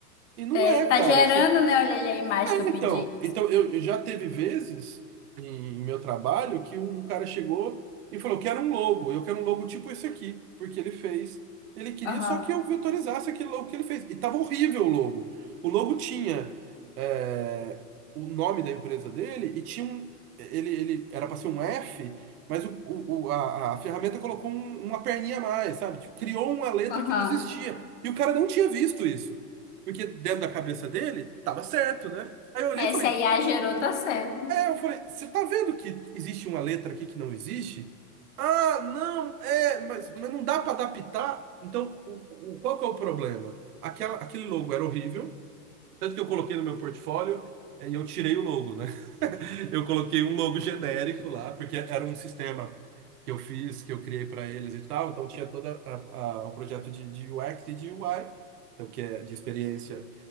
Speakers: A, on the right; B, on the left.
A: E não
B: É,
A: é,
B: tá
A: cara.
B: gerando, né? Olha ali a imagem
A: É,
B: que eu pedi.
A: então, então eu, eu já teve vezes em meu trabalho que um, um cara chegou e falou: "Eu quero um logo, eu quero um logo tipo esse aqui, porque ele fez. Ele queria
B: Aham,
A: só que eu vetorizasse aquele logo que ele fez. E tava horrível o logo. O logo tinha é, o nome da empresa dele e tinha um. Ele, ele era para ser um F, mas o, o- o- a, a ferramenta colocou um- uma perninha a mais, sabe? Tipo, criou uma letra
B: aham.
A: que não existia. E o cara não tinha visto isso. Porque dentro da cabeça dele, tava certo, né? Aí eu olhei
B: É,
A: e falei,
B: se a IA gerou, tá certo.
A: é, eu falei, você tá vendo que existe uma letra aqui que não existe? Ah, não, é, mas, mas não dá pra adaptar. Então, o, o- qual que é o problema? Aquela, aquele logo era horrível, tanto que eu coloquei no meu portfólio é, e eu tirei o logo, né? Eu coloquei um logo genérico lá, porque era um sistema que eu fiz, que eu criei para eles e tal. Então tinha todo o projeto de, de UX e de UI, então que é de experiência